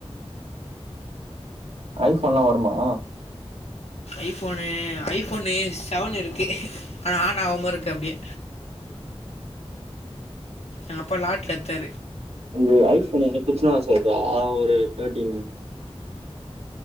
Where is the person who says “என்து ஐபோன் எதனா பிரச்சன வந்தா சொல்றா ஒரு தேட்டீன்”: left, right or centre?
Right